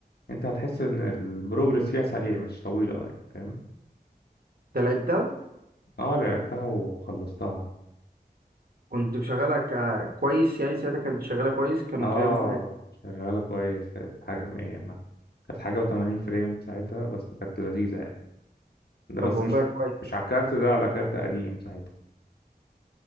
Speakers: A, on the left (about 70°); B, on the right (about 65°).
A: انت هتحس ان البروجرس فيها سريع مش طويله اه يعني فاهم
B: أنت لعبتها؟
A: اه لعبتها وخلصتها
B: كنت مشغلها ك- كويس يعني ساعتها كانت شغالة كويس كان
A: اه
B: كام فريم
A: شغاله كويس كانت حاجه مية ما- كانت حاجه و80 فريم ساعتها بس كانت لذيذه يعني ده بس
B: طب والله
A: مش
B: كويس
A: مش على كارت ده على كارت قديم ساعتها